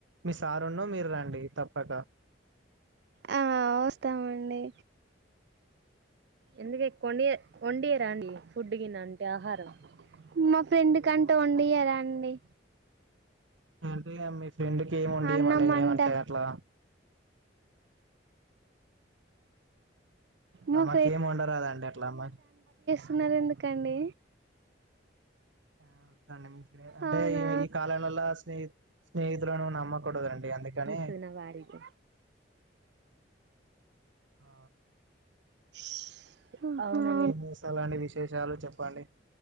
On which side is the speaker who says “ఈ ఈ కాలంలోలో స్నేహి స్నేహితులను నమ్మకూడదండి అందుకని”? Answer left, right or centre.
Right